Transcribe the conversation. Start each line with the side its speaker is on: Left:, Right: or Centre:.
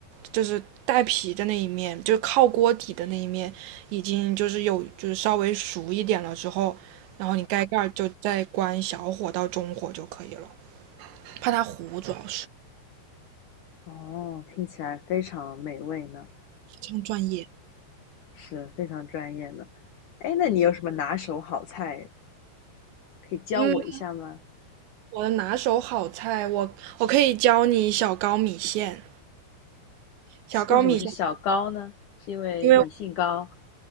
Right: 就是带皮的那一面，就是靠锅底的那一面，已经就是有就是稍微熟一点了之后，然后你盖盖儿就再关小火到中火就可以了，怕它糊，主要是
Left: 哦，听起来非常美味呢。
Right: 非常专业。
Left: 是非常专业的。哎，那你有什么拿手好菜可以教我一下吗？
Right: 嗯，我的拿手好菜，我我可以教你小高米线，小高米线，
Left: 为什么是小高呢？是因为你姓高？
Right: 因为